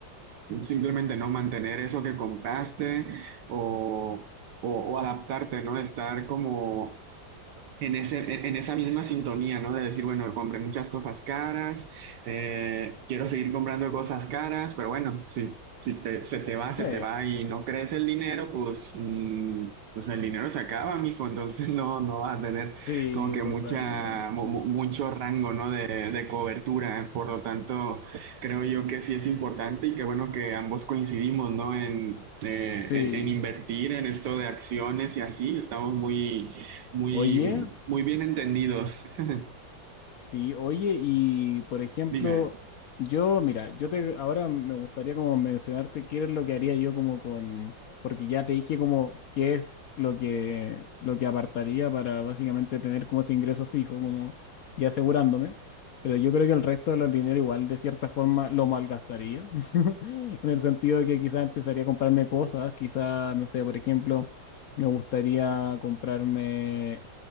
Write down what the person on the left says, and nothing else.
Sí,
sí,
totalmente.
Sí.
Oye,
Sí, oye, y por ejemplo,
yo, mira, yo te ahora me gustaría como mencionarte qué es lo que haría yo como con, porque ya te dije como qué es lo que lo que apartaría para básicamente tener como ese ingreso fijo, como ya asegurándome, pero yo creo que el resto del dinero igual de cierta forma lo malgastaría, <laughs> en el sentido de que quizás empezaría a comprarme cosas, quizás, no sé, por ejemplo, me gustaría comprarme,